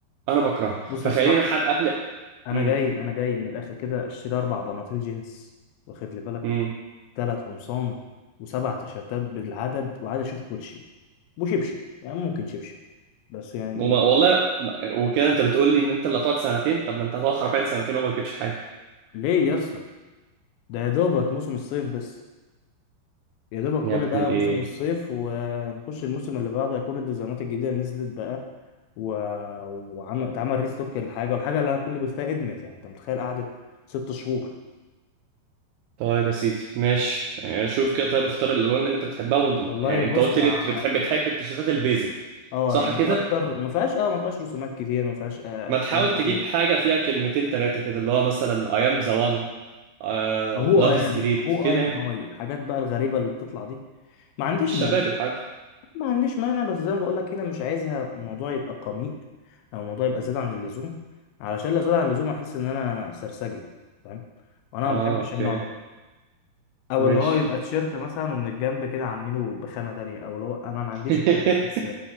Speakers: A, on the right; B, on the left.
A: انا بكرهها
B: بص
A: فخلينا
B: يا اسطى
A: حد قبل
B: انا
A: امم
B: جاي انا جاي من الاخر كده اشتري اربع بناطيل جينز واخد لي بالك
A: امم
B: ثلاث قمصان وسبع تيشيرتات بالعدد وعايز اشوف كوتشي وشبشب يعني ممكن شبشب بس يعني
A: وما- والله ما- وكده انت بتقول لي ان انت اللي هتقعد سنتين طب ما انت هتقعد حرفيا سنتين وما تجيبش حاجة
B: ليه يا اسطى ده يا دوبك موسم الصيف بس يا دوبك
A: يا
B: كل
A: ابن
B: ده
A: الايه
B: موسم الصيف ونخش الموسم اللي بعده هيكون الديزاينات الجديدة نزلت بقى و... وعمل اتعمل ريستوك الحاجة والحاجة اللي انا كل بستها ادمت يعني انت متخيل قعدت ست شهور
A: طيب يا سيدي ماشي آه، شوف كده طيب اختار الالوان اللي انت بتحبها و...
B: والله
A: يعني
B: بص
A: انت قلت
B: ع-
A: لي بت- بتحب تحب التيشيرتات البيزك
B: اه
A: صح
B: يعني
A: كده
B: اكتر ما فيهاش اه ما فيهاش رسومات كتير ما فيهاش آه
A: ما
B: كلام
A: تحاول
B: كتير
A: تجيب حاجه فيها كلمتين ثلاثه كده اللي هو مثلا I am the one آه...
B: هو
A: love
B: اي
A: is
B: ام
A: great
B: هو
A: كده
B: اي ام
A: يعني
B: اي حاجات بقى الغريبة اللي بتطلع دي ما عنديش
A: الشباب
B: مانع
A: الحاج
B: ما عنديش مانع بس زي ما بقول لك هنا مش عايزها الموضوع يبقى قميء او الموضوع يبقى زيادة عن اللزوم علشان لو زاد عن اللزوم احس ان انا سرسجي فاهم وانا
A: اه
B: ما بحبش
A: اوكي
B: النوع ده او
A: ماشي
B: اللي هو يبقى تيشيرت مثلا ومن الجنب كده عاملينه بخامة تانية او اللي هو انا ما عنديش
A: <laughs>
B: مانع بس